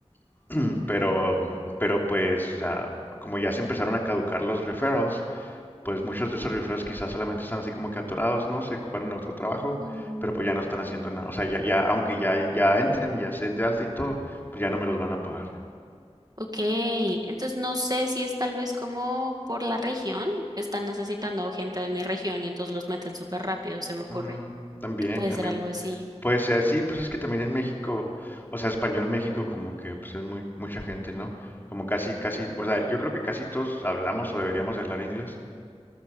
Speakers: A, on the left (about 20°); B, on the right (about 35°).
A: <clears throat> pero, pero pues, ah, como ya se empezaron a caducar los referrals, pues muchos de esos referrals quizás solamente están así como que atorados, ¿no? Se ocuparon en otro trabajo,
B: Mm,
A: pero pues ya no están haciendo nada, o sea, ya, ya, aunque ya, ya entren y ya se den de alta y todo, pues ya no me los van a pagar.
B: Ok, entonces no sé si es tal vez como por la región, están necesitando gente de mi región y entonces los meten súper rápido, se me ocurre
A: Mm, también,
B: que puede
A: también
B: ser algo así.
A: Puede ser, sí, pues es que también en México, o sea, español México como que pues es muy mucha gente, ¿no? Como casi, casi, o sea, yo creo que casi todos hablamos o deberíamos de hablar inglés.